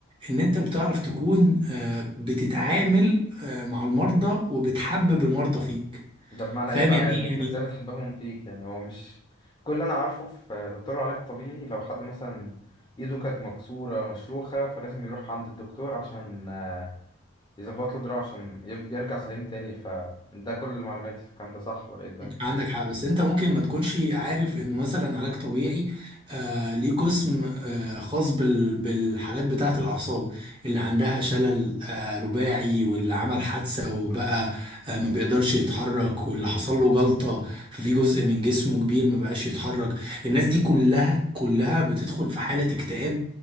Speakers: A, on the right (about 25°); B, on the left (about 20°).
A: ان انت بتعرف تكون آه، بتتعامل آه، مع المرضى وبتحبب المرضى فيك
B: ده بمعنى
A: فاهم
B: ايه بقى
A: يعني
B: يعني
A: ايه
B: انت
A: يعني
B: ازاي بتحببهم فيك يعني هو مش كل اللي انا عارفه في دكتور علاج طبيعي لو حد مثلا ايده كانت مكسوره مشروخه فلازم يروح عند الدكتور عشان آه، يظبط له دراعه عشان يف- يرجع سليم تاني فده كل المعلومات في الكلام ده صح ولا ايه الدنيا
A: عندك حق بس انت ممكن ما تكونش عارف انه مثلا علاج طبيعي آه ليه قسم آه خاص بال بالحالات بتاعه الاعصاب اللي عندها شلل آه رباعي واللي عمل حادثه وبقى آه ما بيقدرش يتحرك واللي حصل له جلطه ففي جزء من جسمه كبير ما بقاش يتحرك الناس دي كلها كلها بتدخل في حاله اكتئاب